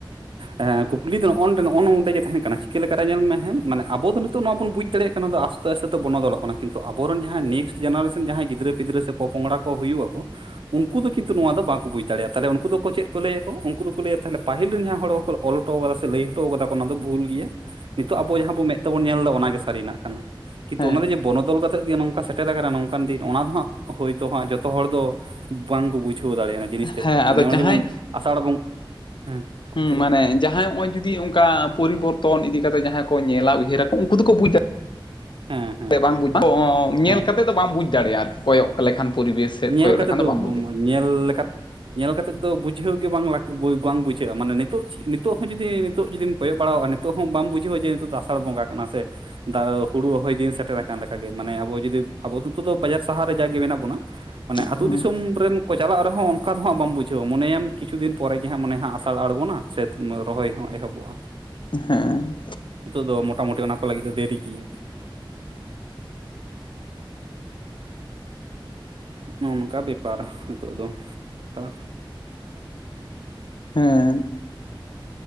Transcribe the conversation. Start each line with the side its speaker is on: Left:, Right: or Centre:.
Right: ᱮ ᱠᱩᱠᱞᱤ ᱫᱚ ᱱᱚᱜ ᱱᱚᱱᱰᱮ ᱱᱚᱜ-ᱚ ᱱᱚᱰᱮ ᱜᱮ ᱛᱟᱦᱮᱱ ᱠᱟᱱᱟ ᱪᱤᱠᱟᱹ ᱞᱮᱠᱟ ᱨᱮ ᱧᱮᱞ ᱢᱮ ᱦᱮᱸ ᱢᱟᱱᱮ ᱟᱵᱚ ᱫᱚ ᱱᱤᱛᱚᱜ ᱱᱚᱣᱟ ᱵᱚᱱ ᱵᱩᱡᱽ ᱫᱟᱲᱮᱭᱟᱜ ᱠᱟᱱᱟ ᱱᱚᱣᱟ ᱫᱚ - ᱯᱮᱥᱮᱛᱚ ᱵᱚᱱᱚᱫᱚᱞᱚᱜ ᱠᱟᱱᱟ ᱠᱤᱱᱛᱩ ᱟᱵᱚᱨᱮᱱ ᱡᱟᱦᱟᱸᱭ ᱱᱮᱠᱥᱴ ᱡᱮᱱᱟᱨᱮᱥᱮᱱ ᱡᱟᱦᱟᱸᱭ ᱜᱤᱫᱽᱨᱟᱹ ᱯᱤᱫᱽᱨᱟᱹ ᱥᱮ ᱯᱚᱯᱚᱝᱲᱟ ᱠᱚ ᱦᱩᱭᱩᱜᱼᱟᱠᱚ ᱩᱱᱠᱩ ᱫᱚ ᱠᱤᱱᱛᱩ ᱱᱚᱣᱟ ᱫᱚ ᱵᱟᱠᱚ ᱵᱩᱡᱽ ᱫᱟᱲᱮᱭᱟᱜᱼᱟ ᱛᱟᱦᱚᱞᱮ ᱩᱱᱠᱩ ᱫᱚᱠᱚ ᱪᱮᱫ ᱠᱚ ᱞᱟᱹᱭ ᱟᱠᱚ ᱩᱱᱠᱩ ᱫᱚᱠᱚ ᱞᱟᱹᱭᱟ ᱛᱟᱦᱮ ᱯᱟᱹᱦᱤᱞ ᱨᱮ ᱡᱟᱦᱟᱸ ᱦᱚᱲᱠᱚ ᱚᱞ ᱦᱚᱴᱚ ᱟᱠᱟ ᱠᱟᱫᱟ ᱥᱮ ᱞᱟᱹᱭ ᱦᱚᱴᱚ ᱠᱟᱫᱟ ᱠᱚ ᱚᱱᱟ ᱫᱚ ᱵᱷᱩᱞ ᱜᱮᱭᱟ ᱱᱤᱛᱚᱜ ᱟᱵᱚ ᱡᱟᱦᱟᱸ ᱵᱚ ᱢᱮᱫ ᱛᱮᱵᱚᱱ ᱧᱮᱞ ᱫᱟᱵᱚᱱ ᱚᱱᱟ ᱜᱮ ᱥᱟᱹᱨᱤ ᱱᱟᱜ ᱠᱟᱱᱟ ᱠᱤᱱᱛᱩ
Left: ᱦᱮᱸ
Right: ᱚᱱᱟ ᱫᱚ ᱡᱮ- ᱵᱚᱱᱚᱫᱚᱞ ᱠᱟᱛᱮᱫ ᱜᱮ ᱱᱚᱝᱠᱟ ᱥᱮᱴᱮᱨ ᱟᱠᱟᱱᱟ ᱱᱚᱝᱠᱟᱱ ᱫᱤᱱ ᱚᱱᱟ ᱫᱚ ᱦᱟᱸᱜ ᱦᱳᱭᱛᱳ ᱦᱟᱸᱜ ᱡᱚᱛᱚ ᱦᱚᱲ ᱫᱚ ᱵᱟᱝᱠᱚ ᱵᱩᱡᱷᱟᱹᱣ ᱫᱟᱲᱮᱭᱟᱜᱼᱟ ᱚᱱᱟ ᱡᱤᱱᱤᱥ ᱛᱮᱫ
Left: ᱦᱮᱸ
Right: ᱫᱚ ᱢᱟᱱᱮ
Left: ᱟᱫᱚ
Right: ᱚᱱᱟ
Left: ᱡᱟᱦᱟᱸᱭ
Right: ᱡᱮᱢᱚᱱ ᱟᱥᱟᱲ ᱵᱚᱱ ᱦᱮᱸ
Left: ᱦᱩᱸ
Right: ᱪᱮᱫ
Left: ᱢᱟᱱᱮ
Right: ᱞᱮᱠᱟ
Left: ᱡᱟᱦᱟᱸᱭ ᱦᱚᱜ ᱚᱭ ᱡᱩᱫᱤ ᱚᱱᱠᱟ ᱯᱚᱨᱤᱵᱚᱨᱛᱚᱱ ᱤᱫᱤ ᱠᱟᱛᱮᱜ ᱡᱟᱦᱟᱸᱭ ᱠᱚ ᱧᱮᱞᱟ ᱩᱭᱦᱟᱹᱨᱟ ᱟᱠᱚ ᱩᱱᱠᱩ ᱫᱚᱠᱚ ᱵᱩᱡᱟ,
Right: ᱦᱮᱸ ᱦᱮᱸ
Left: ᱵᱟᱝ
Right: ᱦᱮᱸ
Left: ᱵᱩᱡᱽ <unintelligible> ᱧᱮᱞ
Right: ᱦᱮᱸ
Left: ᱠᱟᱛᱮᱫ ᱫᱚ ᱵᱟᱢ ᱵᱩᱡᱽ ᱫᱟᱲᱮᱭᱟᱜᱼᱟ ᱟᱨᱠᱤ ᱠᱚᱭᱚᱜ ᱞᱮᱠᱷᱟᱱ ᱯᱚᱨᱤᱵᱮᱥ ᱥᱮᱫ
Right: ᱧᱮᱞ
Left: ᱠᱚᱭᱚᱜ
Right: ᱠᱟᱛᱮᱫ
Left: ᱞᱮᱠᱷᱟᱱ
Right: ᱫᱚ
Left: ᱵᱟᱢ ᱵᱩᱡᱽ
Right: ᱧᱮᱞ ᱞᱮᱠᱟ- ᱧᱮᱞ ᱠᱟᱛᱮᱫ ᱫᱚ ᱵᱩᱡᱷᱟᱹᱣ ᱜᱮ ᱵᱟᱝ ᱞᱟᱜ ᱵᱟᱝ ᱵᱩᱡᱷᱟᱹᱜᱼᱟ ᱢᱟᱱᱮ ᱱᱤᱛᱚᱜ ᱱᱤᱛᱚᱜ ᱦᱚᱸ ᱡᱩᱫᱤ ᱱᱤᱛᱚᱜ ᱡᱩᱫᱤᱢ ᱠᱚᱭᱚᱜ ᱵᱟᱲᱟᱣᱟ ᱱᱤᱛᱚᱜ ᱦᱚᱸ ᱵᱟᱢ ᱵᱩᱡᱷᱟᱹᱣᱟ ᱡᱮ ᱱᱤᱛᱚᱜ ᱫᱚ ᱟᱥᱟᱲ ᱵᱚᱸᱜᱟ ᱠᱟᱱᱟ ᱥᱮ ᱾ ᱫᱟ ᱦᱩᱲᱩ ᱨᱚᱦᱚᱭ ᱫᱤᱱ ᱥᱮᱴᱮᱨᱟ ᱟᱠᱟᱱ ᱞᱮᱠᱟᱜᱮ ᱢᱟᱱᱮ ᱟᱵᱚ ᱡᱩᱫᱤ ᱟᱵᱚ ᱫᱚ ᱱᱤᱛᱚᱜ ᱫᱚ ᱵᱟᱡᱟᱨ ᱥᱟᱦᱟᱨ ᱨᱮ ᱡᱟᱜ ᱜᱮ ᱢᱮᱱᱟᱜ ᱵᱚᱱᱟ ᱢᱟᱱᱮ ᱟᱹᱛᱩ
Left: ᱫᱟᱲᱮᱭᱟᱜᱼᱟ
Right: ᱫᱤᱥᱚᱢ ᱨᱮᱢ ᱠᱚ ᱪᱟᱞᱟᱜ ᱨᱮᱦᱚᱸ ᱚᱱᱠᱟ ᱫᱚ ᱦᱟᱸᱜ ᱵᱟᱢ ᱵᱩᱡᱷᱟᱹᱣᱟ ᱢᱚᱱᱮ ᱟᱢ ᱠᱤᱪᱷᱩ ᱫᱤᱱ ᱯᱚᱨᱮ ᱜᱮ ᱦᱟᱸᱜ ᱢᱚᱱᱮ ᱦᱟᱜ ᱟᱥᱟᱲ ᱟᱬᱜᱚᱱᱟ ᱥᱮ ᱨᱚᱦᱚᱭ ᱦᱚᱸ ᱮᱦᱚᱵᱚᱜᱼᱟ᱾ <unintelligible>
Left: ᱦᱮᱸᱻ
Right: ᱱᱤᱛᱚᱜ ᱫᱚ ᱢᱚᱴᱟᱢᱩᱴᱤ ᱚᱱᱟ ᱠᱚ ᱞᱟᱹᱜᱤᱫ ᱫᱚ ᱫᱮᱨᱤ ᱜᱮᱭᱟ᱾ ᱱᱚᱜ ᱱᱚᱝᱠᱟ ᱵᱮᱯᱟᱨ ᱱᱤᱛᱚᱜ ᱫᱚ ᱮᱠᱟᱞ
Left: ᱦᱮᱸᱻ